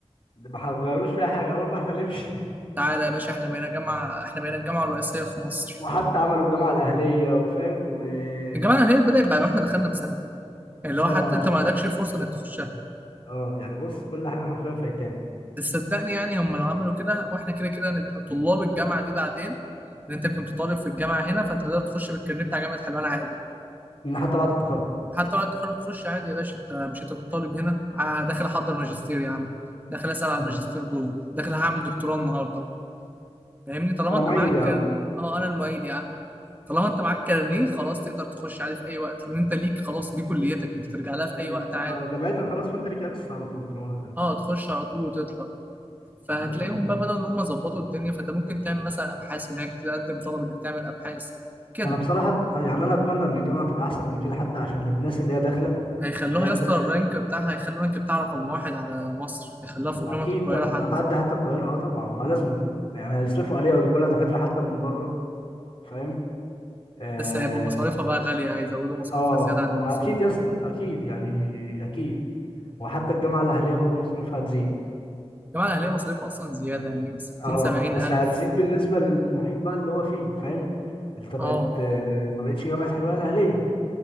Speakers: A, on the left; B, on the right.
A: ما هيغيروش فيها حاجه اول ما احنا نمشي
B: تعالى يا باشا احنا بقينا جامعة احنا بقينا الجامعة الرئيسية في مصر
A: <laughs> وحتى عملوا الجامعه الاهليه وفاهم وفي
B: الجامعة الأهلية بدأت بعد ما احنا دخلنا بسنة اللي هو
A: سنه
B: حتى
A: اه
B: انت ما عندكش الفرصة انك تخشها
A: اه يعني بص كل حاجه حرفيا فايتانا
B: بس صدقني يعني هم لو عملوا كده واحنا كده كده نبقى طلاب الجامعة دي بعدين ان انت كنت طالب في الجامعة هنا فانت تقدر تخش بالكارنيه بتاع جامعة حلوان عادي
A: من حتى بعد التخرج
B: حتى وقت التخرج تخش عادي يا باشا انت مش انت كنت طالب هنا آه، داخل احضر ماجستير يا عم داخل اسأل على
A: مم.
B: الماجستير جوه داخل هعمل دكتوراه النهارده فاهمني طالما
A: انا
B: انت
A: معيد
B: معاك
A: يا عم
B: كر... اه انا المعيد يا عم طالما انت معاك كارنيه خلاص تقدر تخش عادي في اي وقت لان انت ليك خلاص دي كليتك انت ترجع لها في
A: ل-
B: اي وقت عادي
A: آه، جامعتك خلاص فانت ليك اكسس على طول طالما دخلت
B: اه تخش على طول وتطلع فهتلاقيهم
A: طب ما حلو
B: بقى بدأوا ان هم ظبطوا الدنيا فانت ممكن تعمل مثلا ابحاث هناك تقدم طلب انك تعمل ابحاث كده
A: انا بصراحه أت- يعني انا اتمنى ان الجامعه تبقى احسن من كده حتى عشان الناس اللي هي داخله
B: هيخلوها
A: فاهم
B: يا اسطى
A: تبقى
B: الرانك بتاعها هيخلوا الرانك بتاعها رقم واحد على مصر هيخلوها فوق
A: اكيد
B: جامعة القاهرة
A: طبعا
B: حتى
A: هتعدي حتى القاهره اه طبعا ما لازما يعني هيصرفوا عليها ويجيبوا لها دكاتره حتى من بره فاهم آه
B: بس هيبقى مصاريفها
A: الدكاتره
B: بقى غالية هيزودوا مصاريفها
A: اه
B: زيادة
A: آه،
B: عن اللزوم
A: ما اكيد يا اسطى اكيد يعني اكيد وحتى الجامعه الاهليه برضو مصاريفها هتزيد
B: الجامعة الأهلية مصاريفها أصلا زيادة يعني 60
A: اه
B: 70
A: بس
B: ألف
A: هتزيد بالنسبه للمحيط بقى اللي هو فيه فاهم اللي تبقت
B: اه
A: آه، ما بقتش جامعه حلوان الاهليه